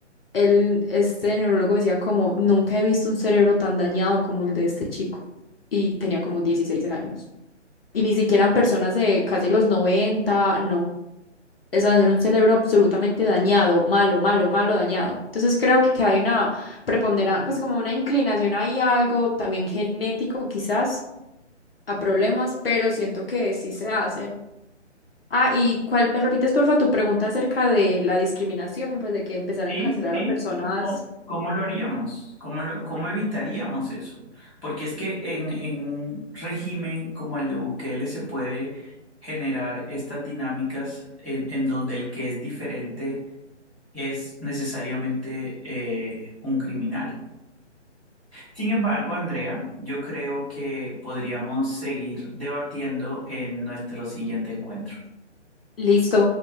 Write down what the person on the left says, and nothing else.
él, este neurólogo decía como, nunca he visto un cerebro tan dañado como el de este chico. Y tenía como 16 años. Y ni siquiera en personas de casi los noventa no. es tener un cerebro absolutamente dañado, malo, malo, malo, dañado. Entonces creo que hay una preponderancia, pues como una inclinación ahí a algo también genético quizás, a problemas, pero siento que sí se hacen. Ah, y cuál, me repites porfa tu pregunta acerca de la discriminación, pues de que empezar
a encarcelar
a personas.
Listo.